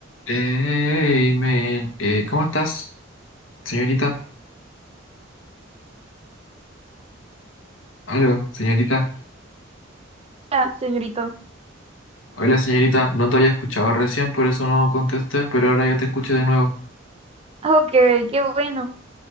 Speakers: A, on the left; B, on the right.
A: Hey, men, eh, ¿cómo estás, señorita? Aló, señorita.
B: Ah, señorito.
A: Hola, señorita. No te había escuchado recién, por eso no contesté, pero ahora ya te escuché de nuevo.
B: Ok, qué bueno.